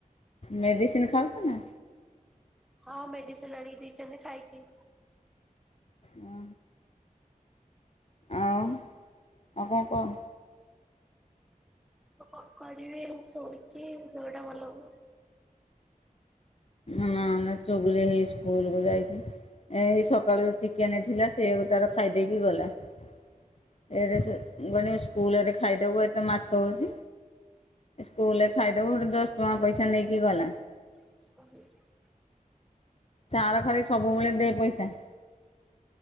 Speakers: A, on the left; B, in the centre.
A: ମେଡ଼ିସିନ୍ ଖାଉଛ ନା?
B: ହଁ ମେଡିସିନ ଆଣିକି ଦେଇଛନ୍ତି ଖାଇଛି?
A: ହୁଁ। ଆଉ ଆଉ କଣ କହ?
B: ଆଉ କଣ କରିବି ଏତି ଶୋଇଛି ଦେହଟା ଭଲ ଲାଗୁନି।
A: ନା ଚୁଗୁଲିଆ ହେଇ ସ୍କୁଲ କୁ ଯାଇଛି। ଏଇ ସକାଳୁ ଚିକେନ ଥିଲା ସେୟାକୁ ତାର ଖାଇଦେଇକି ଗଲା ଏଆଡ଼େ ଶୁ ମୁଁ କହିଲି ସ୍କୁଲ ରେ ଖାଇଦବୁ ଆଜି ତ ମାଛ ହଉଛି ସ୍କୁଲରେ ଖାଇଦବୁ ହେଠୁ ଦଶ ଟଙ୍କା ପଇସା ନେଇକି ଗଲା।
B: <unintelligible>
A: ତାର ଖାଲି ସବୁବେଳେ ଦେ ପଇସା।